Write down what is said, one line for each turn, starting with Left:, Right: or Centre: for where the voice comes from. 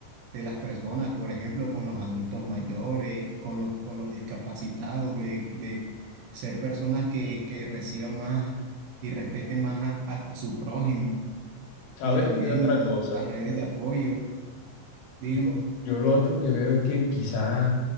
Right: de las personas, por ejemplo, con los adultos mayores, con los, con los discapacitados, de, de ser personas que, que reciban más y respeten más a, a, a su prójimo.
Left: ¿Sabes
Right: Y también
Left: qué otra cosa?
Right: las redes de apoyo, dígame.
Left: Yo, yo lo otro que veo es que quizás